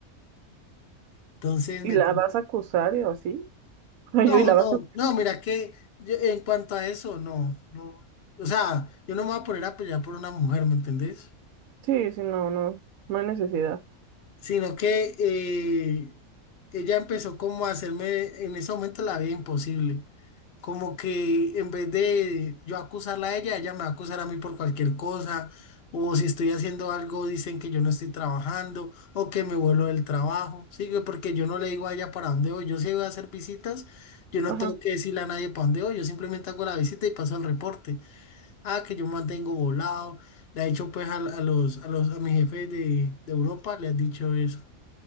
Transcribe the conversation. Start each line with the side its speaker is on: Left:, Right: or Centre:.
Left: Entonces
Right: ¿Y
Left: me...
Right: la
Left: tiene-
Right: vas a acusar o así? Oye,
Left: No,
Right: y la
Left: no,
Right: vas a...
Left: no, mira que yo- en cuanto a eso, no, no. O sea, yo no me voy a poner a pelear por una mujer, ¿me entendés?
Right: Sí, sí, no, no, no hay necesidad.
Left: sino que eh, ella empezó como a hacerme, en ese momento la vida imposible. Como que en vez de yo acusarla a ella, ella me va a acusar a mí por cualquier cosa, o si estoy haciendo algo, dicen que yo no estoy trabajando, o que me vuelo del trabajo, ¿sí? que Porque yo no le digo a ella para dónde voy, yo sí voy a hacer visitas, yo no
Right: Ajá.
Left: tengo que decirle a nadie para dónde voy, yo simplemente hago la visita y paso el reporte. Ah, que yo mantengo volado. Le ha dicho pues a, a los, a los, a mis jefes de, de Europa, le has dicho eso.